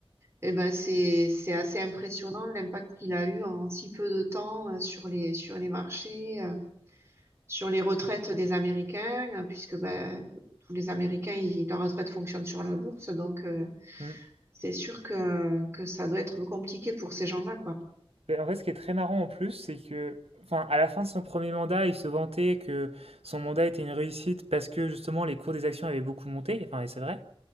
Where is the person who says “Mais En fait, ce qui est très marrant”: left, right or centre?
Right